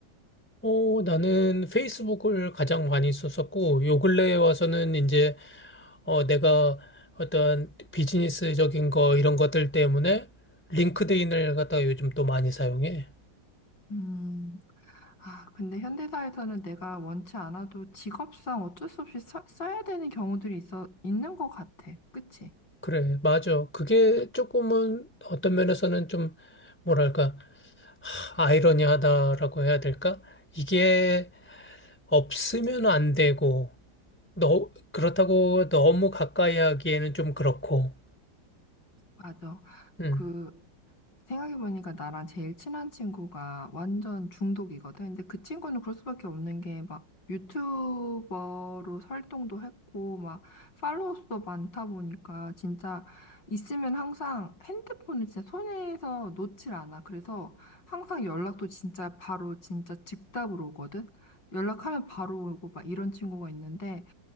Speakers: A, in the centre; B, on the left.
A: 어, 나는 페이스북을 가장 많이 썼었고, 요 근래에 와서는 이제, 어, 내가 어떤 비즈니스적인 거 이런 것들 때문에 링크드인을 갖다가 요즘 또 많이 사용해.
B: 음. 아, 근데 현대사에서는 내가 원치 않아도 직업상 어쩔 수 없이 써, 써야 되는 경우들이 있어, 있는 것 같아. 그치?
A: 그래, 맞아. 그게 조금은 어떤 면에서는 좀, 뭐랄까. 아이러니하다라고 해야 될까? 이게 없으면 안 되고, 너, 그렇다고 너무 가까이 하기에는 좀 그렇고,
B: 맞아.
A: 음,
B: 그, 생각해보니까 나랑 제일 친한 친구가 완전 중독이거든. 근데 그 친구는 그럴 수밖에 없는 게 막 유튜버로 활동도 했고 막 팔로워 수도 많다 보니까 진짜 있으면 항상 핸드폰을 진짜 손에서 놓질 않아. 그래서 항상 연락도 진짜 바로 진짜 즉답으로 오거든. 연락하면 바로 오고 막 이런 친구가 있는데